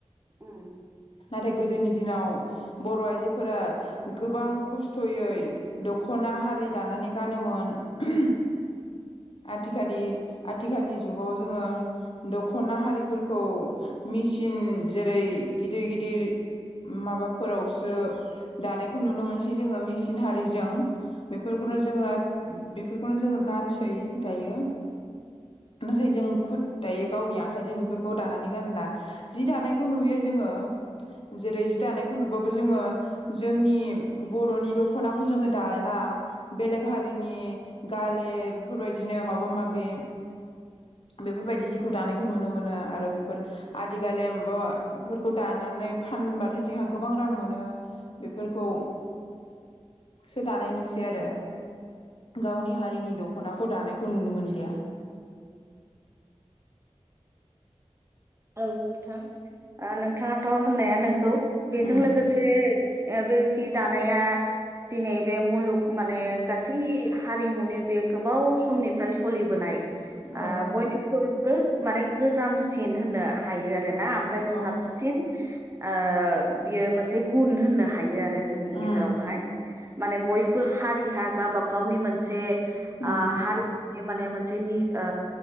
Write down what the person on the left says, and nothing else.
थाय गोदोनि दिनाव बर' आइजोफोरा गोबां खस्थ'यै दख'ना दा हारि दानानै गानोमोन ओहोम आथिखालि आथिखालनि जुगाव जोङो दख'ना हारिफोरखौ मिचिन जेरै गिदिर गिदिर माबाफोरावसो दानायखौ नुनो मोनसै जोङो मेसिन हारिजों बेफोरखौनो
जोङो बेफोरखौनो जोङो गानसै दायो
नाथाय जों खुद दायो गावनि आखाइजों बेफोरखौ दानानै गानला जि दानायखौ नुयो जोङो जेरै जि दानायखौ नुबाबो जोङो जोंनि बर'नि दख'नाखौ जोङो दाला बेलेग हारिनि गाले बेफोरबायदिनो माबा माबि
बेफोरबायदि जिखौ दानायखौ नुनो मोनो आरो बेफोर आदिखालि माबा बेफोरखौ दानानै फानबाथाय जोंहा गोबां रां मोनो बेफोरखौ सोदानाय नुसै आरो। गावनि हारिनि दख'नाखौ दानायखौ नुनो मोनलिया।
उम
औ
औ
उम
उम